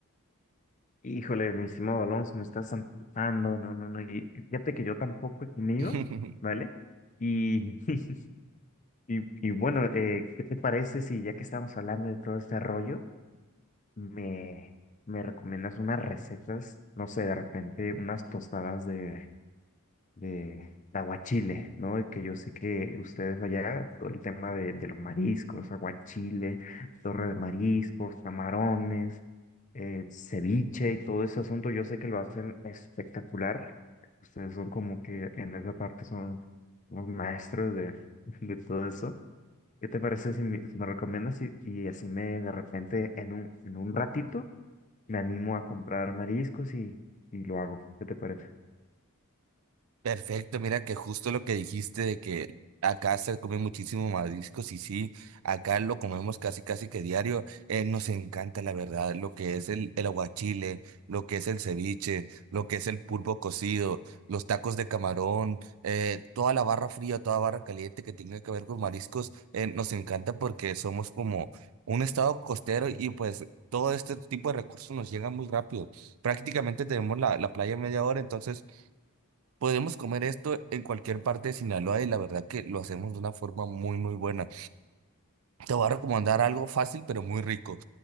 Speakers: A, on the left (about 35°); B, on the right (about 70°).
A: Híjole, mi estimado Alonso, me estás amputando, no, no, no, y y fíjate que yo tampoco he comido,
B: <laughs>
A: ¿vale? Y, <laughs> y, y bueno, eh, ¿qué te parece si ya que estamos hablando de todo este rollo, me, me recomiendas unas recetas, no sé, de repente unas tostadas de, de, de aguachile, ¿no? Y que yo sé que ustedes allá, todo el tema de, de los mariscos, aguachile, torre de mariscos, camarones, eh, ceviche y todo ese asunto, yo sé que lo hacen espectacular. Ustedes son como que en esa parte son los maestros de, <laughs> de todo eso. ¿Qué te parece si me, si me recomiendas y, y así me de repente en un, en un ratito me animo a comprar mariscos y, y lo hago? ¿Qué te parece?
B: Perfecto, mira que justo lo que dijiste de que acá se come muchísimo mariscos y sí, acá lo comemos casi casi que diario, eh, nos encanta la verdad, lo que es el, el aguachile, lo que es el ceviche, lo que es el pulpo cocido, los tacos de camarón, eh, toda la barra fría, toda barra caliente que tenga que ver con mariscos, eh, nos encanta porque somos como un estado costero y pues todo este tipo de recursos nos llegan muy rápido. Prácticamente tenemos la, la playa a media hora, entonces... Podemos comer esto en cualquier parte de Sinaloa y la verdad que lo hacemos de una forma muy, muy buena. Te voy a recomendar algo fácil pero muy rico.